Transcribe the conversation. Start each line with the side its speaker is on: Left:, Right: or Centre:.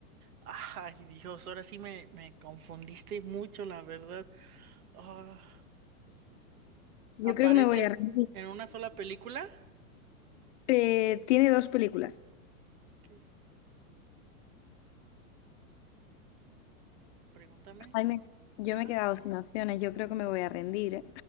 Right: Ay, Dios, ahora sí me, me confundiste mucho, la verdad. Ah,
Left: yo
Right: ¿aparece
Left: creo que me voy a rendir.
Right: en una sola película?
Left: Eh, tiene dos películas.
Right: Ok. Mm, Pregúntame.
Left: Jaime, yo
Right: Ajá.
Left: me he quedado sin opciones, yo creo que me voy a rendir, ¿eh?